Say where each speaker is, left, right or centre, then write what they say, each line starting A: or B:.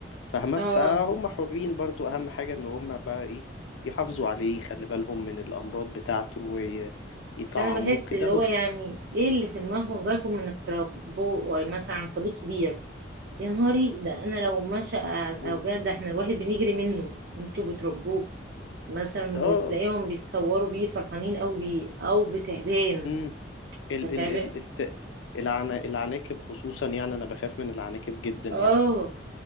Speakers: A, on the left; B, on the right.
A: فاهمة
B: اه
A: فهم حرين برضو اهم حاجة ان هم بقى ايه يحافظوا عليه يخلي بالهم من الامراض بتاعته ويطعموه
B: بس انا بحس
A: كده
B: اللي هو
A: هو
B: يعني ايه اللي في دماغهم جالكم انك تربوه مثلا عنكبوت كبير يا نهاري ده انا لو مشى أ-
A: مم.
B: او جه ده احنا الواحد بنجري منه انتوا بتربوه مثلا
A: اه
B: وتلاقيهم بيتصوروا بيه فرحانين قوي بيه او بتعبان
A: امم ال
B: ده تعبان
A: ال ال الت... العنا... العناكب خصوصا يعني انا بخاف من العناكب جدا يعني
B: اه